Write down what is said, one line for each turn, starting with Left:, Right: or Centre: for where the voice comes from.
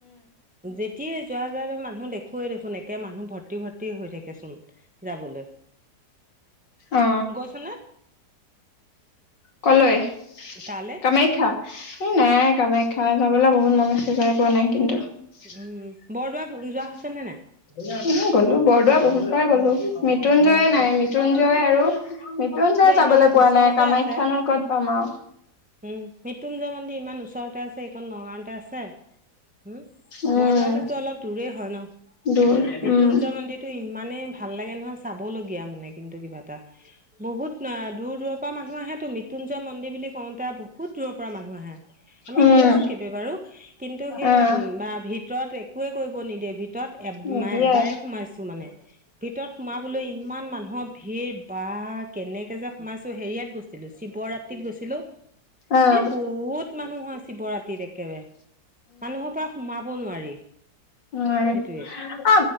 Centre: যেতিয়াই যোৱা যোৱা জন মানুহ দেখুৱেই দেখোন একে মানুহ ভৰ্তি ভৰ্তি হৈ থাকেচোন যাবলৈ,
Left: অ
Centre: গৈছনে?
Left: কলৈ?
Centre: তালে
Left: কামাখ্যা, এই নাই কামাখ্যা যাবলৈ বহুত মন আছে, যায় পোৱা নাই। উম
Centre: উম বৰদোৱা যোৱা হৈছে নে নাই
Left: গলো বৰদোৱা বহুত মৃত্যুঞ্জয়
Centre: অ
Left: নাই মৃত্যুঞ্জয় আৰু মৃত্যুঞ্জয় যাবলৈ
Centre: ইমান
Left: পোৱা
Centre: ওচৰতে
Left: নাই কামাখ্যানো
Centre: আছে
Left: ক'ত পাম আও।
Centre: উম মৃত্যুঞ্জয় মন্দিৰ ইমান ওচৰতে আছে এইখন নগাঁওতে আছে উম
Left: উম।
Centre: বৰদোৱালৈতো অলপ দূৰেই হয় ন
Left: দূৰ
Centre: মৃত্যুঞ্জয়
Left: উম।
Centre: মন্দিৰটো ইমানেই ভাল লাগে নহয়, চাবলগীয়া মানে কিন্তু কিবা এটা। বহুত দূৰ দূৰৰ পৰা মানুহ আহেত তো মৃত্যুঞ্জয় মন্দিৰ বুলি কওঁতে বহুত দূৰৰ পৰা মানুহ আহে। আমি
Left: উম
Centre: গৈছো কেইবাবাৰো কিন্তু সেই
Left: আহ
Centre: ম বা ভিতৰত একোৱে কৰিব নিদিয়ে ভিতৰত এব এবাৰে
Left: নিদিয়ে
Centre: সোমাইছো মানে, ভিতৰত সোমাবলৈ ইমান মানুহৰ ভিৰ বা কেনেকে যে সোমাইছো হেৰিয়াত গৈছিলো শিৱ ৰাতিত গৈছিলো।
Left: আহ
Centre: এ বহুত মানুহ হয় শিৱৰাতিত একেবাৰে মানুহৰ পৰা সোমা ব নোৱাৰি।
Left: নোৱাৰে
Centre: সেইটোৱে
Left: অ